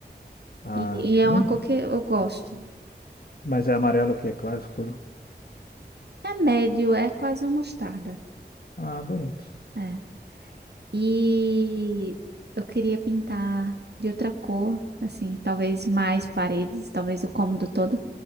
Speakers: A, on the left; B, on the right.
A: Ah,
B: E, e é
A: eu
B: uma
A: não,
B: cor que eu gosto.
A: mas é amarelo o quê? Claro, escuro.
B: É médio, é quase uma mostarda.
A: Ah, bonito.
B: É. E eu queria pintar de outra cor, assim, talvez mais paredes, talvez o cômodo todo.